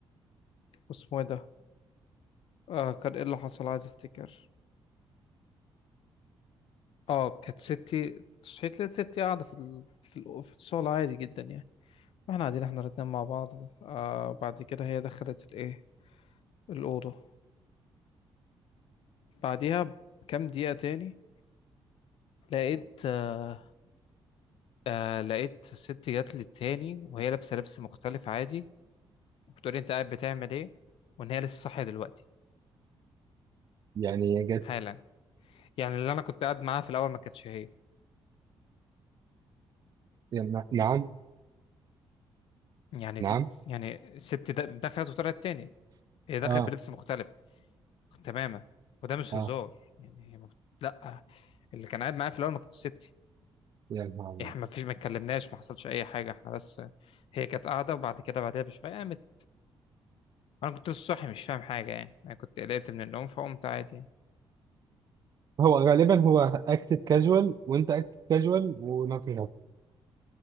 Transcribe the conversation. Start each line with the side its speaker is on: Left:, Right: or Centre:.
Left: واسمه ايه ده آه، كان ايه اللي حصل عايز افتكر اه كانت ستي صحيت لقيت ستي قاعدة في ال... في, ال... في الشغل عادي جدا يعني واحنا قاعدين احنا الاتنين مع بعض آه بعد كده هي دخلت الايه الأوضة بعديها بكام دقيقة تاني لقيت آه آه لقيت ستي جات لي تاني وهي لابسة لبس مختلف عادي وبتقولي انت قاعد بتعمل ايه وان هي لسه صاحية دلوقتي
Right: يعني جت
Left: حالا يعني اللي انا كنت قاعد معاها في الأول ما كانتش هي
Right: يعني نعم
Left: يعني
Right: نعم
Left: يعني الست د- دخلت وطلعت تاني هي دخلت
Right: اه
Left: بلبس مختلف تماما وده مش
Right: اه
Left: هزار يعني هي ما بت... لا اللي كان قاعد معايا في الاول ما كانتش ستي
Right: يعني نعم
Left: احنا ما فيش ما اتكلمناش ما حصلش اي حاجه احنا بس هي كانت قاعده وبعد كده بعدها بشويه قامت انا كنت لسه صاحي مش فاهم حاجه يعني انا كنت قلقت من النوم فقمت عادي يعني.
Right: هو غالبا هو اكتد كاجوال وانت اكتد كاجوال ونوتنجهام